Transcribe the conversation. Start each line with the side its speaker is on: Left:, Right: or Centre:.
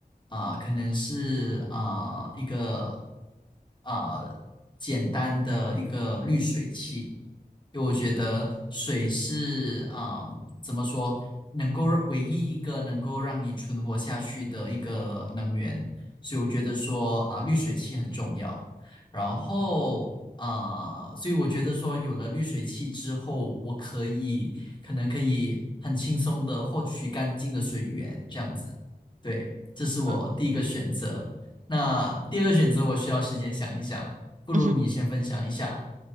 Left: 啊、呃可能是啊、呃一个啊呃简单的一个滤水器，因为我觉得水是啊、呃怎么说，能够让唯一一个能够让你存活下去的一个能源，所以我觉得说啊、滤水器很重要。然后啊、
Right: 嗯
Left: 所以我觉得说，有了滤水器之后，我可以可能可以很轻松的获取干净的水源，这样子。对，这是我第一个选择。
Right: 嗯
Left: 那第二个选择，我需要时间想一想，不如你先分享一下
Right: 嗯哼